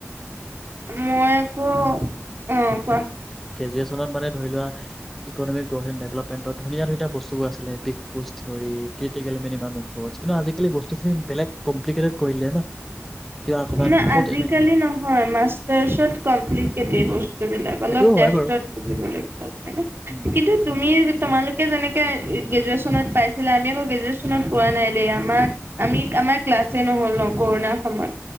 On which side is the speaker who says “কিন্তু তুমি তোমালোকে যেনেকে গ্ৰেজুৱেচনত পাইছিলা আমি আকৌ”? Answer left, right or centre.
Right